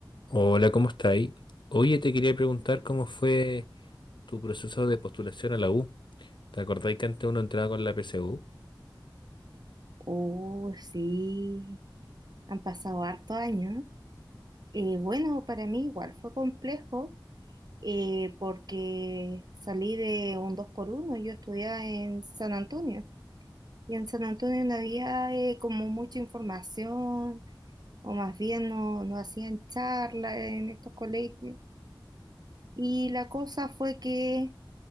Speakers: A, on the left; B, on the right.
A: Hola, ¿cómo estáis? Oye, te quería preguntar cómo fue tu proceso de postulación a la U. ¿Te acordáis que antes uno entraba con la PSU?
B: Oh, sí, han pasado harto años. Eh, bueno, para mí igual fue complejo eh, porque salí de un 2 por uno Yo estudiaba en San Antonio y en San Antonio no había eh, como mucha información o más bien no, no hacían charlas en estos colegios. Y la cosa fue que